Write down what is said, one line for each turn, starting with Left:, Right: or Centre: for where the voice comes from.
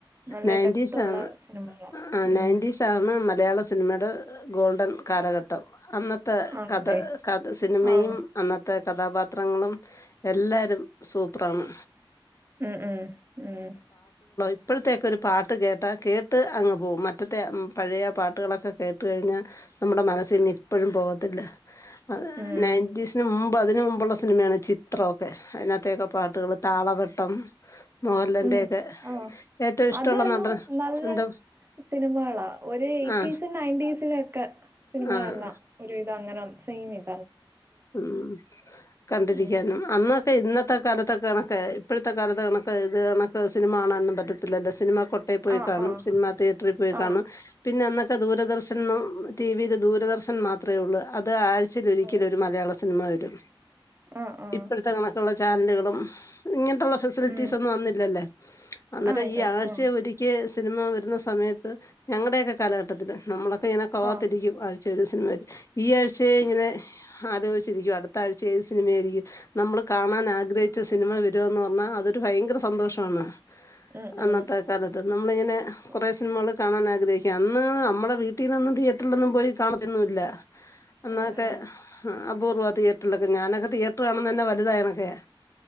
Right: നല്ല
Left: നയൻറ്റീസാണ്
Right: ഡെപ്ത്തുള്ള സിനിമകളാ
Left: ആഹ്
Right: ഉം
Left: നയൻറ്റീസാണ് മലയാള സിനിമയുടെ ഗോൾഡൻ കാലഘട്ടം. അന്നത്തെ
Right: ആണല്ലേ
Left: കഥ കഥ സിനിമയും
Right: ആഹ്
Left: അന്നത്തെ കഥാപാത്രങ്ങളും എല്ലാരും സൂ പ്രാണ്.
Right: ഉം ഉം ഉം
Left: ഇപ്പോഴത്തേക്കൊരു പാട്ട് കേട്ടാ കേട്ട് അങ്ങ് പോവും മറ്റത്തെ പഴയേ പാട്ടുകളൊക്കെ കേട്ട് കഴിഞ്ഞാ നമ്മുടെ മനസ്സിന്ന് ഇപ്പോഴും പോകത്തില്ല. ആഹ്
Right: ഉം
Left: നയൻ്റീസിന് മു മ്പും അതിന് മുമ്പുള്ള സിനിമയാണ് ചിത്രൊക്കെ അയിനകത്തേ പാട്ടുകൾ താളവട്ടം. മോഹൻലാലിൻ്റെയൊക്കെ
Right: ഉ ആഹ്
Left: ഏറ്റവും ഇഷ്ടമുള്ള
Right: അതെല്ലാം
Left: നടൻ
Right: നല്ല
Left: എന്താ
Right: സിനിമകളാ ഒരു എയ്റ്റീസ്
Left: ആ
Right: നയൻ്റീസിലൊക്കെ സിനിമകളല്ലാം
Left: ആ
Right: ഒരുവിത അങ്ങനെ സിനിമയാ
Left: ഉം കണ്ടിരിക്കാനും
Right: ഉം
Left: അന്ന് പ്പെ ഇന്നത്തെ കാലത്തൊക്കെ കണക്കെ ഇപ്പഴത്തെ കാലത്ത് കണക്ക് ഇത് കണക്ക് സിനിമ കാണാനും പറ്റത്തില്ലല്ലോ സിനിമ കൊട്ടേ പോയി
Right: ആഹ്
Left: കാണും
Right: ആഹ്
Left: സിനിമാ തിയേറ്ററി പോയി കാണും
Right: ആഹ്
Left: പിന്നെ അന്ന് ക്കെ ദൂരദർശൻ ന്നോ ടി വി ല് ദൂരദർശൻ മാത്രേ ഒള്ളൂ അ ത് ആഴ്ചയിലൊരിക്കെലൊ
Right: ആഹ്
Left: സിനിമ വരും
Right: ആഹ് ആഹ്
Left: ഇപ്പഴത്തെ കണക്കുള്ള ചാന്തുകളും ഇങ്ങന <unintelligible> ഫെസിലിറ്റീസ്
Right: ഉം
Left: ഒന്നും അന്നില്ലല്ലേ അന്നേരം
Right: ആഹ് ഇതാ
Left: ഈ ആഴ്ച്ചേ
Right: ഉം
Left: ഒരിക്കെ സിനിമ വരുന്ന സമയത്ത് ഞങ്ങടേക്കെ കാലഘട്ടത്തില് നമ്മളക്ക ഇങ്ങനെ കാത്തിരിക്കും
Right: ആഹ്
Left: ചെല സിന്മേരും ഈ ആഴ്ചേ ഇങ്ങനെ ആലോചിച്ചിരിക്കും അടുത്ത ആഴ്ച ഏത് സിനിമ ആയിരിക്കും, നമ്മള് കാണാൻ ആഗ്രഹിച്ച സിനിമ വെര്വാന്ന് പറഞ്ഞാ അതൊരു ഭയങ്കര സന്തോഷമാണ്
Right: ഉം ഉം
Left: അന്നത്തെ കാലത്ത് നമ്മളിങ്ങനെ കുറേ
Right: ഉം
Left: സിനിമകൾ കാണാൻ ആഗ്രഹിക്ക അന്ന് നമ്മുടെ വീട്ടിന്നൊന്നും തിയേറ്ററിലൊന്നും പോയി കാണതോന്നൂല്ല. അന്നൊക്കെ
Right: ഉം ഉം
Left: അപൂർവ്വം തിയേറ്ററിലൊക്കെ ഞാനൊക്കെ തിയേറ്റർ കാണ്ന്ന തന്നെ വലുതായനക്കെയാ.